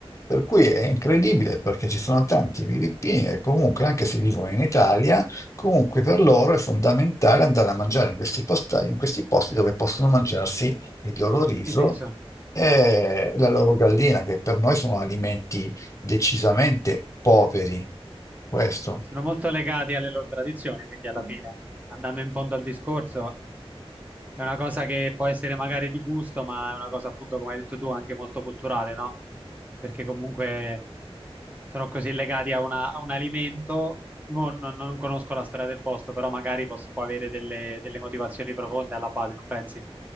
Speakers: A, on the left; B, on the right.
A: Per cui è incredibile perché ci sono tanti filippini che comunque, anche se vivono in Italia, comunque per loro è fondamentale andare a mangiare in questi posta- in questi posti dove possono mangiarsi il loro riso
B: il riso.
A: e la loro gallina, che per noi sono alimenti decisamente poveri. Questo.
B: sono molto legati alle loro tradizioni, quindi alla
A: Mm.
B: fine, andando in fondo al discorso, è una cosa che può essere magari di gusto, ma è una cosa appunto, come hai detto tu, anche molto culturale, no? Perché comunque sono così legati a, una- a un alimento. Mo non, non conosco la storia del posto, però magari pos- può avere delle, delle motivazioni profonde alla base, non pensi?